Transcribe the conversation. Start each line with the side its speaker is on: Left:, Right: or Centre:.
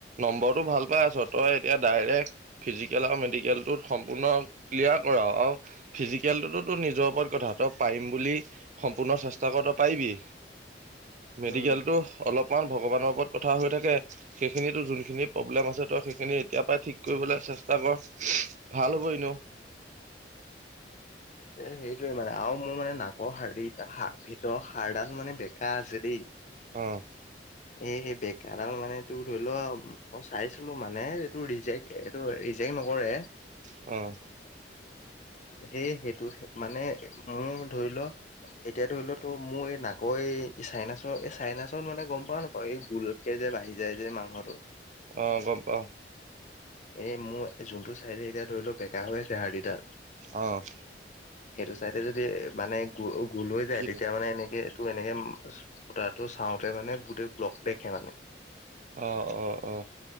Right: নম্বৰটো ভাল পাই আছ, তই এতিয়া ডাইৰেক্ট ফিজিকেল আৰু মেডিকেল টোত সম্পূৰ্ণ ক্লিয়াৰ কৰা আৰু ফিজিকেলটোতো নিজৰ ওপৰত কথাাত পাৰিম বুলি সম্পূৰ্ণ চেষ্টা কৰ পাৰিবি। মেডিকেলতো
Left: উম।
Right: অলপমান ভগৱানৰ ওপৰত কথা হৈ থাকে। সেইখিনিতো যোনখিনি প্ৰব্লেম আছে তই সেইখিনি এতিয় পৰাই ঠিক কৰিবলৈ চেষ্টা কৰ। ভাল হ'ব এনেও।
Left: এ সেইটোৱে মানে আৰু মোৰ মানে নাকৰ হাৰদি ভিতৰৰ হাৰডাল মানে বেকা আছে দেই।
Right: অ'।
Left: এ বেকাডাল মানে তোৰ ধৰি ল মই চাইছিলো মানে এইটোৰ ৰিজেক্ট এই এইটো ৰিজেক্ট নকৰে।
Right: অ'।
Left: সেইটো সেইটো মানে মোৰ ধৰি ল এতিয়া ধৰি ল তোৰ মোৰ এই নাকৰ এই চাইনাচৰ এই চাইনাচত মানে গম পাওঁ নাপাওঁ এই গোলত তে যে বাঢ়ি যায় যে মাংসটো।
Right: অ', গম পাওঁ।
Left: এ মোৰ যোনটো চাইডে এতিয়া ধৰি ল বেকা হৈ আছে হাৰ্ডিডাল।
Right: অ'।
Left: সেইটো চাইডে যদি মানে গ-গোল লৈ যায়
Right: কি
Left: তেতিয়া মানে এনেকে টো এনেকে ফোতাটো চাওঁতে মানে গোটেই ব্লক দেখে মানে
Right: অ', অ', অ'।